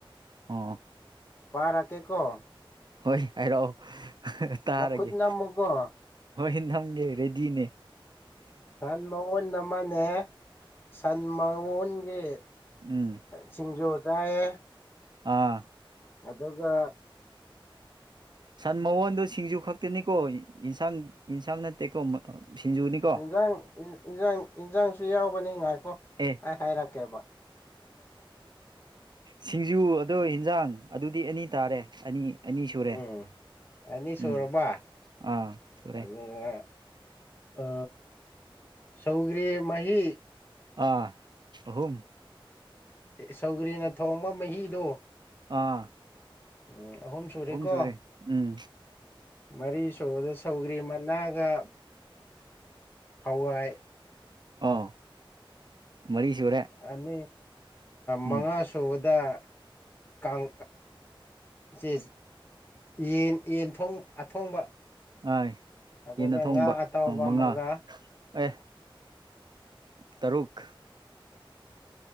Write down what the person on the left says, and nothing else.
ꯄꯥꯔꯀꯦ ꯀꯣ
ꯅꯈꯨꯠ ꯅꯝꯃꯨꯀꯣ
ꯁꯟ ꯃꯎꯟ ꯑꯃꯅꯦ ꯁꯟ ꯃꯣꯟꯒꯤ
ꯁꯤꯡꯖꯨ ꯌꯥꯌꯦꯦ
ꯑꯗꯒ
ꯏꯟꯖꯥꯡ ꯏꯟꯖꯥꯡ ꯏꯟꯖꯥꯡꯁꯨ ꯌꯥꯎꯕꯅꯤ ꯉꯥꯏꯀꯣ
ꯑꯩ ꯍꯥꯏꯔꯛꯀꯦꯕ
ꯎꯝ ꯑꯅꯤ ꯁꯨꯔꯕ
ꯑꯗꯨꯒꯅ ꯑ ꯁꯧꯒ꯭ꯃꯍꯤ
ꯁꯧꯒ꯭ꯔꯤꯅ ꯊꯣꯡꯕ ꯃꯍꯤꯗꯣ
ꯎꯝ ꯑꯍꯨꯝ ꯁꯔꯤꯦꯀꯣ
ꯃꯔꯤ ꯁꯨꯕꯗ ꯁꯧꯈ꯭ꯔꯤ ꯃꯥ ꯅꯥꯒꯥ ꯍꯋꯥꯏ
ꯑꯅꯤ
ꯃꯉꯥ ꯁꯨꯕꯗ ꯀꯥꯡ ꯁꯦ ꯌꯦꯟ ꯌꯦꯟ ꯑꯊꯣꯡꯕ
ꯑꯗꯨꯒ
ꯉꯥ ꯑꯇꯥꯎꯕ
ꯑꯃꯒ